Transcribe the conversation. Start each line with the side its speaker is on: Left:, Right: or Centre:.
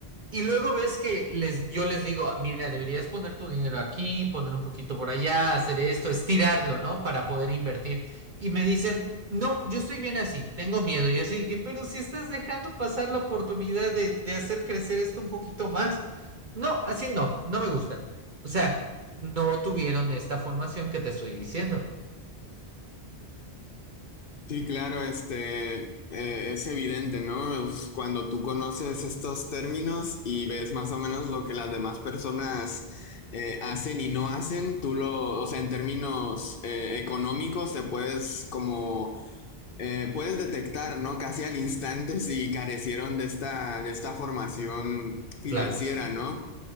Right: y luego ves que les, yo les digo, mira, deberías poner tu dinero aquí, poner un poquito por allá, hacer esto, estirarlo, ¿no? Para poder invertir. Y me dicen, no, yo estoy bien así, tengo miedo. Y así que, pero si estás dejando pasar la oportunidad de, de hacer crecer esto un poquito más. No, así no, no me gusta. O sea, no tuvieron esta formación que te estoy diciendo.
Left: Sí, claro, este, eh, es evidente, ¿no? Es Cuando tú conoces estos términos y ves más o menos lo que las demás personas eh, hacen y no hacen, tú lo, o sea, en términos eh, económicos te puedes como, eh, puedes detectar, ¿no? Casi al instante si carecieron de esta, de esta formación financiera,
Right: Claro que sí.
Left: ¿no?